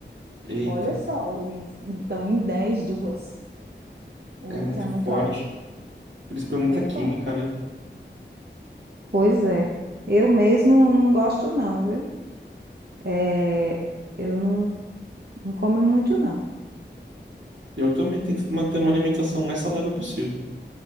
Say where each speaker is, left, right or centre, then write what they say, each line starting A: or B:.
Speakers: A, on the right; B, on the right.
A: Eita,
B: Olha só, o índice. Então, em 10 duas. O
A: é
B: índice
A: muito
B: é
A: forte.
B: muito alto.
A: Eles põem muita
B: É
A: química,
B: foda.
A: né?
B: Pois é. Eu mesmo não gosto não, viu? É, eu não, não como muito não.
A: Eu também tento manter uma alimentação mais saudável possível.